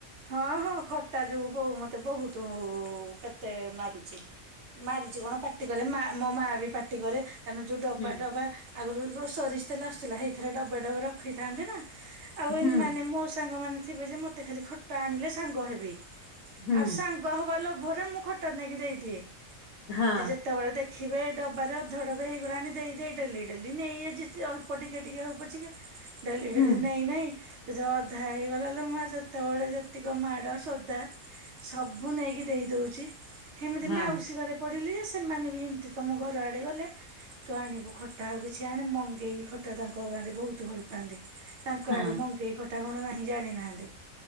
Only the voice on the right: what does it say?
ହଁ ହଁ ଖଟା ଯୋଗୁ ବୋଉ ମତେ ମତେ ବହୁତ କେତେ ମାରିଛି। ମାରିଛି କଣ ପାଟି କରେ ମା ମୋ ମା ବି ପାଟି କରେ କାରଣ ଯୋଉ ଡବା
ଡବା ଆଗରୁ ର ସୋରିଷ ତେଲ ଆସୁଥିଲା ସେଇଥିରେ ଡବେ ଡବେ ରଖିଥାନ୍ତି ନା ଆଉ
ଏମାନେ ମୋ ସାଙ୍ଗ ମାନେ ଥିବେ ଯେ ମତେ ଖାଲି ଖଟା ଆଣିଲେ ସାଙ୍ଗ ହେବି
ଆଉ ସାଙ୍ଗ ହବା ଲୋ ଲୋଭରେ ମୁଁ ଖଟା ନେଇକି ଦେଇଦିଏ
ଯେ ଯେତେବେଳେ ଦେ ଦେଖିବେ ଡବାରେ ଅଧଡବ ହେଇଗଲାଣି ଦେଇ ଡେଲି ଡେଲି ନେଇ ଯେତେ ଅଳ୍ପ ଟିକେ ଟିକେ ହଉ ପଛିିକା। ଡେଲି
ଡେଲି ନେଇ ନେଇ। ଅଧା ହେଇଗଲା ଲୋ ମା ଯେତେବେଳେ ଯେତିକ ମାଡ ସୋଦା। ସବୁ ନେଇକି ଦେଇ ଦଉଛି ସେମିତି
ମାଉସୀ ଘରେ ପଢିଲି ଯେ ସେମାନେ ବି ଏମିତି ତମ ଘର ଆଡେ ଗଲେ ତୁ ଆଣିବୁ ଖଟା ଆଉ କିଛି ଆଣେ ମଙ୍ଗେଇ ଖଟା ତାଙ୍କ ବହୁତ ଭଲ ପାଆନ୍ତି ତାଙ୍କ
ଆଡେ ମଙ୍ଗେଇ ଖଟା କଣ ନାହିଁ ଜାଣିନାହାନ୍ତି।